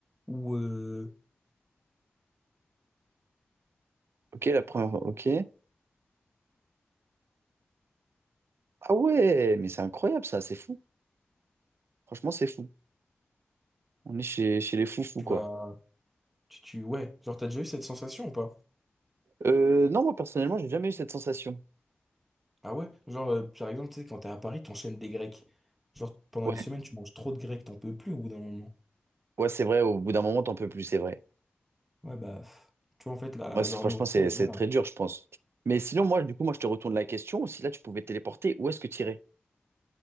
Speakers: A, in the centre; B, on the right (about 80°).
A: où euh,
B: Ok, la première. Ok. Ah ouais, mais c'est incroyable ça, c'est fou. Franchement, c'est fou. On est chez, chez les fous-fous,
A: tu
B: quoi.
A: vas... Tu, tu, ouais, genre, t'as déjà eu cette sensation ou pas?
B: Euh, non, moi, personnellement, j'ai jamais eu cette sensation.
A: Ah ouais? Genre, euh, par exemple, tu sais, quand t'es à Paris, t'enchaînes des grecs. Genre, pendant
B: Ouais,
A: une semaine, tu manges trop de grecs, t'en peux plus au bout d'un moment.
B: ouais, c'est vrai, au bout d'un moment, t'en peux plus, c'est vrai.
A: Ouais, bah, pff. tu vois, en fait, la,
B: Moi, c'est-
A: leur
B: franchement,
A: nourriture,
B: c'est c'est
A: voilà.
B: très dur, je pense. Mais sinon, moi, du coup, moi, je te retourne la question. Si là, tu pouvais te téléporter, où est-ce que tu irais?